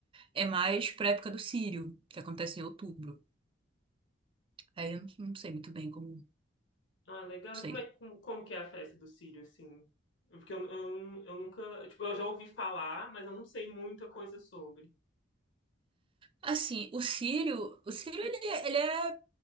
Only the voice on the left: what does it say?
Ah, legal.
E como é, como, como que é a festa do Círio, assim? Porque eu, eu, eu nunca, tipo, eu já ouvi falar, mas eu não sei muita coisa sobre.